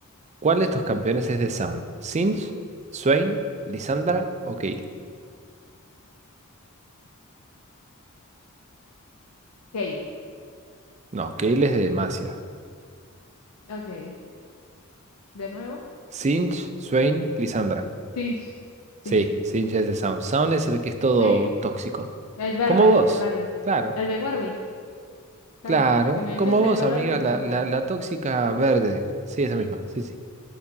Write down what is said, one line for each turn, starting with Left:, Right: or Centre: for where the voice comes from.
Right: ¿Cuál de estos campeones es de Sound? ¿Sinch, Swain, Lisandra o Kayle?
Left: Kale.
Right: No, Kayle es de Demacia.
Left: Ok. ¿De nuevo?
Right: Sinch, Swain, Lisandra.
Left: Sims.
Right: Sí,
Left: Sims.
Right: Sinch es de Sound. Sound es el que es todo
Left: ¿Sí?
Right: tóxico.
Left: El verde,
Right: Como vos.
Left: el verde.
Right: Claro,
Left: El de Warwick. Claro.
Right: claro.
Left: Si me decías
Right: Como vos,
Left: el color,
Right: amiga,
Left: lo iba
Right: la,
Left: a sacar.
Right: la, la tóxica verde.
Left: Ah.
Right: Sí, esa misma. Sí, sí.